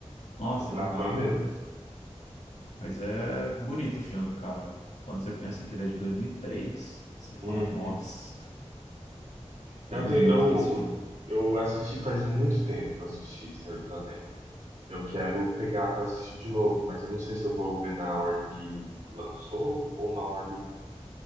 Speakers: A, on the left; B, on the right.
A: Nossa,
B: É pra
A: demais,
B: fã mesmo.
A: demais. Mas é bonito o filme, cara. Quando você pensa que ele é de 2003, você fala,
B: Uhum.
A: nossa,
B: Eu
A: que bonito
B: tenho, eu,
A: que é esse filme.
B: eu assisti faz muito tempo que eu assisti Senhor dos Anéis. Eu quero pegar pra assistir de novo, mas eu não sei se eu vou ver na ordem que lançou ou na ordem